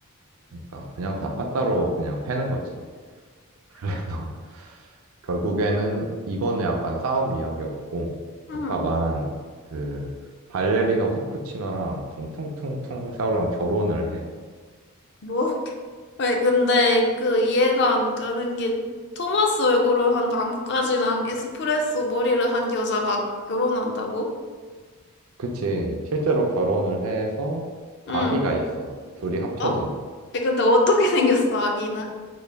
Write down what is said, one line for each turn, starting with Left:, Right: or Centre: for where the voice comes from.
Right: 그러니까 그냥 다 빠따로 그냥 패는 거지. 그래서 <laughs> 결국에는 이거는 약간 싸움 이야기였고,
Left: 응,
Right: 아까 말한 그 발레리노 카푸치노랑 퉁퉁퉁퉁 싸우랑 결혼을 해.
Left: 뭐? 왜, 근데 그 이해가 안 가는 게 토마스 얼굴을 한 나뭇가지랑 에스프레소 머리를 한 여자가 결혼한다고?
Right: 그치. 실제로 결혼을 해서 아기가
Left: 응.
Right: 있어. 둘이 합쳐진.
Left: 어? 에, 근데 어떻게 생겼어, 아기는?